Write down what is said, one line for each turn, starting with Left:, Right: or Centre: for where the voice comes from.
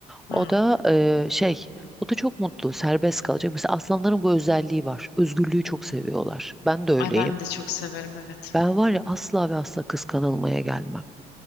Centre: O
Left: Hı.
Centre: da e, şey o da çok mutlu serbest kalacak. Mesela aslanların bu özelliği var. Özgürlüğü çok seviyorlar. Ben de öyleyim.
Left: Ay ben de çok severim evet
Centre: Ben var ya asla ve asla kıskanılmaya gelmem.